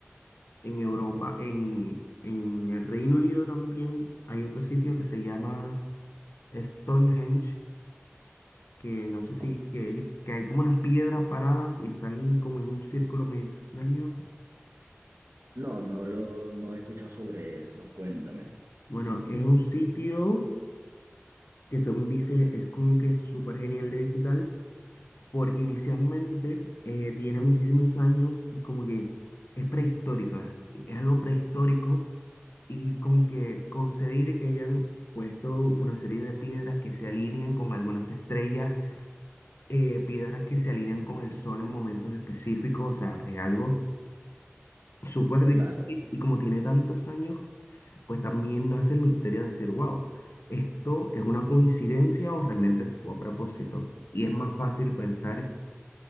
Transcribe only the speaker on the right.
Ok.
No, no lo, no he escuchado sobre eso. Cuéntame.
Ok.
Claro.